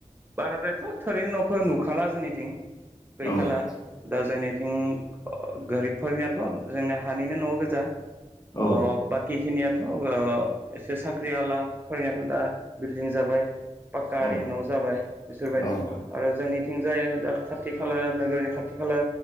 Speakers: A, on the right; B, on the left.
A: बाराद्रायथ थोरैनि नखौ नुखाला जोंनिथिं गैखाला
B: औ
A: दा जोंनिथिं गोरिब फोरोंनायाथ‌ जोंना हानिनो न गोजा
B: औ
A: अ बाखि खिनियाथ एसे साख्रिया ला फोरायनियाथ दा बिलदिं जाबाय पाक्का आरि
B: औ
A: न जाबाय बिसोरबायदि
B: नोंथां
A: आरो जोंनि थिं जायो दा खाथि खाला नोगोरनि खाथि खाला